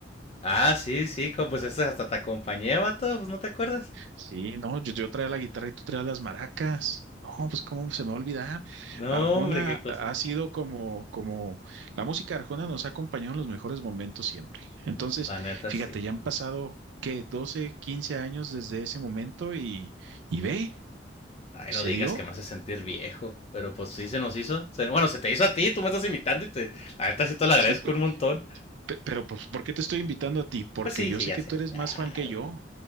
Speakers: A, on the left; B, on the right.
A: Ah, sí, sí, como, pues esa hasta te acompañé, vato, pues no te acuerdas.
B: Sí, no, yo, yo traía la guitarra y tú traías las maracas. No, pues cómo se me va a olvidar.
A: No,
B: Arjona
A: hombre, qué cosas.
B: ha sido como, como, la música de Arjona nos ha acompañado en los mejores momentos siempre. Entonces,
A: La neta,
B: fíjate,
A: sí.
B: ya han pasado, ¿qué? 12, 15 años desde ese momento y, y ve,
A: Ay,
B: se
A: no digas
B: dio.
A: que me hace sentir viejo, pero pues sí se nos hizo. Se- bueno, se te hizo a ti, tú me estás imitando y te... La neta, sí te lo agradezco
B: Sí, pero,
A: un montón.
B: pe- pero pues, ¿por qué te estoy invitando a ti? Porque
A: Pues sí,
B: yo
A: sí,
B: sé
A: ya
B: que
A: sé.
B: tú eres
A: Ya
B: más fan que yo.
A: sé.